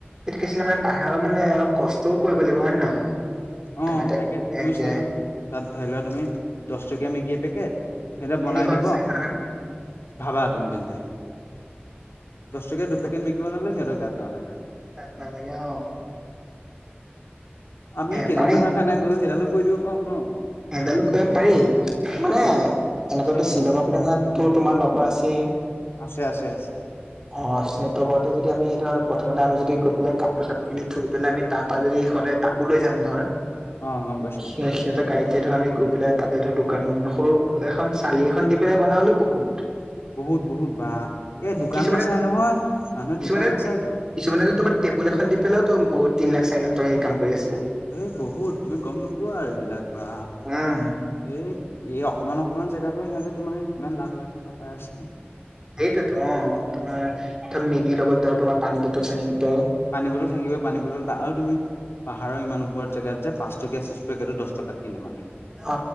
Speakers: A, on the right (about 15°); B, on the left (about 85°).
A: এইটো কি আছিলে মানে পাহাৰৰ মানে অলপ কষ্টও কৰিব লাগিব হয় নহয়? তোমাৰ
B: অ',
A: তাত
B: তাকে তুমি
A: একে
B: চোৱাচোন তাত ধৰি লোৱা তুমি দশ টকীয়া মেগী এপেকেট সিহঁতে
A: তিনিশ
B: বনাই
A: চাৰিশ
B: দিব
A: টকা
B: ভাবা তুমি তেন্তে দশ টকীয়া দুপেকেট মেগি বনালে সিহঁতৰ গাত নালাগে
A: গাত নালাগে অ',
B: আমি
A: এ
B: কেইদিনমানৰ
A: পাৰি
B: কাৰণে গৈ সেইডালো কৰি দিব পাৰো ন'?
A: সেইডাল কৰিব পাৰি মানে এনেকাটো
B: সেয়ে
A: শ্বিলঙৰ ফালেতো তোমাৰ লগৰ আছেই
B: আছে, আছে, আছে
A: অ', সিহঁতৰ ঘৰতে যদি আমি ধৰ প্ৰথমতে আমি যদি গৈ পেলাই কাপোৰ চাপোৰ কিনি থৈ পেলাই আমি তাপ পৰা যদি সিদায় তাকো লৈ যাম ধৰ,
B: অ গম পাইছো
A: সি সিহঁতৰ গাড়ীতে ধৰ আমি গৈ পেলাই তাতে ধৰ দোকান সৰু এখন চালি এখন দি পেলাই বনালেও বহুত
B: বহুত বহুত বা এই দোকান
A: কিছুমানে
B: নাচাই নহয়। মানুহে
A: কিছুমানে
B: দোকান নাচায়তো।
A: কিছুমানেতো তোমাৰ টেবুল এখন দি পেলাওটো বহু তিনি লাখ চাৰিলাখ টকা ইনকাম কৰি আছে।
B: এ বহুত তুমি গম নোপোৱা এইবিলাক বা
A: উম
B: এই এই অকমান অকনমান জেগাৰ পৰা সিহঁতে তোমাৰ কিমান লাখ লাখ টকা পাই আছে।
A: সেইটোতো অ তোমাৰ মেগি লগত তোমাৰ পানী বটল চানী বটল
B: পানী বটল থাকিবই। পানী বটল ত আৰু তুমি পাহাৰৰ ইমান ওপৰত জেগাত যে পাঁচটকীয়া চিপচ পেকেটো দহ টকাত কিনে মানুহে।
A: অ